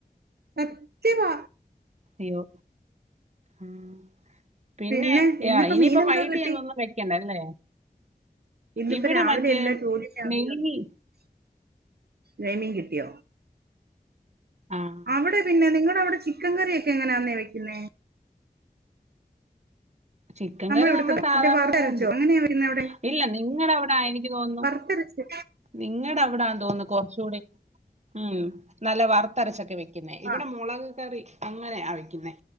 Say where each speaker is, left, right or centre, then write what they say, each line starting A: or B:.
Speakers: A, on the right (about 80°); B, on the right (about 45°).
A: സത്യവാ
B: ഇയ്യോ ഉം പിന്നേ
A: പിന്നെ
B: യാ
A: ഇന്നിപ്പോ
B: ഇനിയിപ്പോ
A: മീനെന്തോ
B: വൈകിട്ട്
A: കിട്ടി
B: ചെന്നൊന്നും വെക്ക്യണ്ട അല്ലേ
A: ഇന്നിപ്പോ
B: ഇവിടെ
A: രാവിലെ
B: മറ്റേ
A: എല്ലാ ജോലി <unintelligible>
B: നെയ്മി
A: നെയ്മീൻ കിട്ടിയോ
B: ആഹ്
A: അവിടെ പിന്നെ നിങ്ങടവിടെ ചിക്കൻ കറിയൊക്കെ എങ്ങനാന്നേ വെക്ക്ന്നേ
B: ചിക്കൻ കറി
A: ഇവിടുത്തെ
B: നമ്മുടെ
A: മറ്റേ
B: സാധാ
A: വറുത്തരച്ചോ
B: പോലെ തന്നെ
A: അങ്ങനെയാ വെക്കുന്നെ അവിടെ
B: ഇല്ല നിങ്ങടെ അവ്ടാ എനിക്ക് തോന്ന്ന്നു
A: വറുത്തരച്ച്
B: നിങ്ങട അവ്ടാണെന്ന്തോന്ന്ന്നു കൊർചൂടിം ഉം നല്ല വറുത്തരച്ചൊക്കെ വെ ക്ക്യുന്നെ ഇവിടെ
A: ആ
B: മൊളക് കറി അങ്ങനെയാ വെയ്ക്ക്ന്നേ.